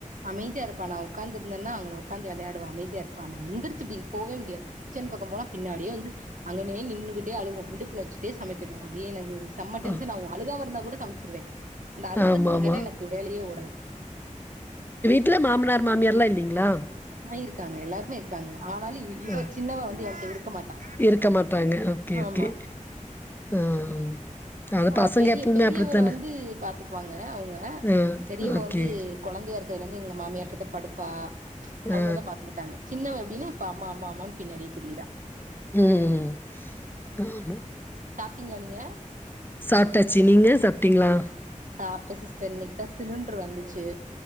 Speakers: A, on the right; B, on the left.
A: அமைதியா இருப்பா நா உக்காந்து இருந்தேன்னா அங்க உக்காந்து விளையாடுவ அமைதியா இருப்பா நா எந்திரிச்சு இப்டி போவே முடியாது கிச்சன் பக்க போனா பின்னாடியே வந்து அங்கனே நின்னுகிட்டே அழுகு இடுப்புல வச்சுட்டே சமைக்கணு அப்டியே எனக் செம்ம டென்சினாகு
B: ஆ
A: அழுகாம இருந்தா கூட சமைச்சிருவே அந்த அழுகுற
B: ஆமா
A: சத்த
B: ஆமா
A: கேட்ட எனக்கு வேலையே ஓடாது
B: ட்ல்ல மாமனார் மாமியார்ல இல்லேங்களா
A: இருக்காங்க எல்லாருமே இருக்காங்க ஆனாலு இவ
B: ஆ
A: சின்னவ வந்து என்ட்ட இருக்க மாட்டா
B: இருக்க மாட்டாங்க ஓகே
A: ஆமா
B: ஓகே ஆ ம். அது
A: ஆஹ்
B: பசங்க
A: பெரிய
B: எப்பவுமே
A: பெரியவள
B: அப்படித்தானே
A: வந்து பாத்துக்குவாங்க அவங்க
B: ஆ
A: பெரியவ
B: ஓகே
A: வந்து கொழந்தையா இருக் துலர்ந்து எங்க மாமியார் கிட்ட படுப்பா அவுங்கதா
B: ஆ
A: பாத்துக்கிட்டாங்க சின்னவ இவ இப்ப அம்மா அம்மா அம்மான்னு பின்னாடியே திரியிரா
B: உஹம் ஆமா
A: டீங்க நீங்க
B: சாப்டாச்சு நீங்க சாப்டீங்களா
A: சாப்ட சிஸ்டர் இன்னைக்கு தா சிலிண்ட்ரு வந்துச்சு